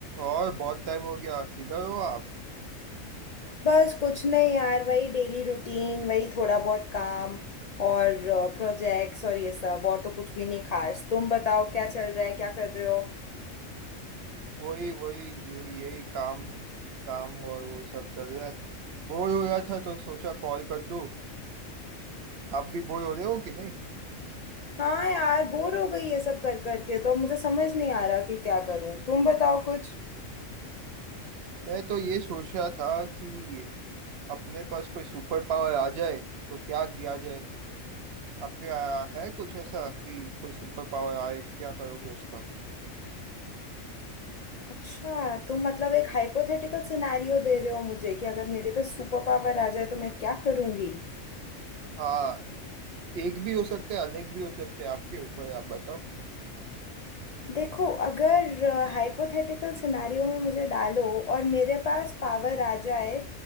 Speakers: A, on the right; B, on the left.
A: और बहुत टाइम हो गया किधर हो आप
B: बस कुछ नहीं यार वही डेली रूटीन वही थोड़ा बहुत काम और प्रोजेक्ट्स और ये सब और तो कुछ भी नहीं खास तुम बताओ क्या चल रहा है क्या कर रहे हो
A: वही वही जो यही काम काम और वो सब चल रहा है बोर हो रहा था तो सोचा कॉल कर दूं आप भी बोर हो रहे हो कि नहीं
B: हाँ यार बोर हो गई ये सब कर कर के तो अब मुझे समझ नहीं आ रहा कि क्या करूं तुम बताओ कुछ
A: मैं तो ये सोच रहा था कि ये अपने पास कोई सुपर पावर आ जाए तो क्या किया जाए आपके आ, है कुछ ऐसा कि कोई सुपर पावर आए क्या करोगे उस पर
B: अच्छा तुम मतलब एक हाइपोथेटिकल सिनेरियो दे रहे हो मुझे कि अगर मेरे पे सुपर पावर आ जाए तो मैं क्या करूंगी
A: हाँ एक भी हो सकता है अनेक भी हो सकते हैं आपके ऊपर है, आप बताओ
B: देखो अगर हाइपोथेटिकल सिनेरियो में मुझे डालो और मेरे पास पावर आ जाए